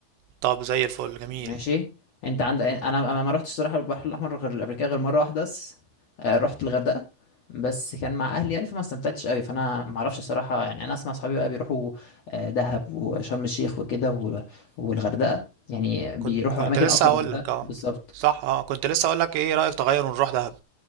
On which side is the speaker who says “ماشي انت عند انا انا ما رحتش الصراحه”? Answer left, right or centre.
Left